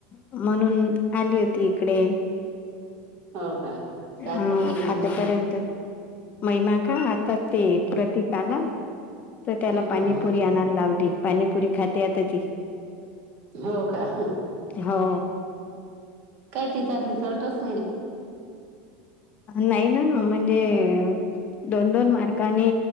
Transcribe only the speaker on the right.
हो का काय
करते महिमा
हा
हा
हो का
काय तिचा रिझल्ट अस